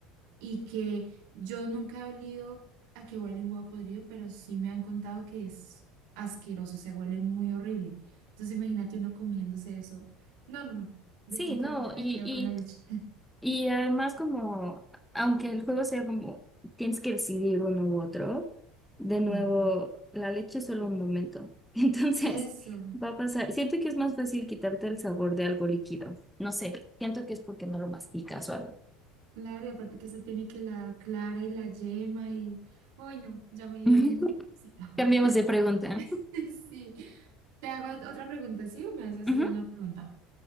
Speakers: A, on the right; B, in the centre.
A: y que yo nunca he olido a que huele un huevo podrido, pero sí me han contado que es asqueroso, o sea, huele muy horrible. Entonces imagínate uno comiéndose eso. No, no, no, definitivamente
B: Sí, no,
A: me
B: y,
A: quedo con la leche. <laughs>
B: Y además como, aunque el juego sea como, tienes que decidir uno u otro, de nuevo,
A: Y
B: la leche es solo un momento. <laughs> Entonces,
A: eso,
B: va a pasar. Siento que es más fácil quitarte el sabor de algo líquido. No sé, siento que es porque no lo masticas o algo.
A: claro, y aparte que eso tiene que la clara y la yema y, uy, no, ya me dio...
B: <laughs>
A: cosita.
B: Cambiemos de pregunta.
A: <laughs> Sí, te hago otra pregunta, ¿sí? ¿O me haces
B: Ujú.
A: tú una pregunta?